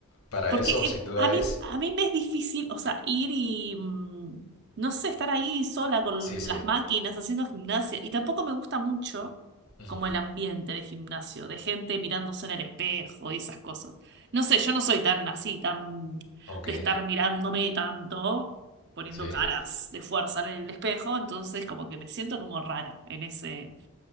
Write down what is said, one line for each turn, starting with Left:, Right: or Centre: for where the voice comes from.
Left: para
Right: Porque
Left: eso sin
Right: eh,
Left: duda
Right: a mí,
Left: es,
Right: a mí me es difícil, o sea, ir y, mm, no sé, estar ahí sola con
Left: sí, sí,
Right: las máquinas haciendo gimnasia. Y tampoco me gusta mucho
Left: ujú,
Right: como el ambiente de gimnasio, de gente mirándose en el espejo y esas cosas. No sé, yo no soy tan así, tan de
Left: ok,
Right: estar mirándome tanto, poniendo
Left: sí,
Right: caras de fuerza en el espejo, entonces como que me siento como rara en ese,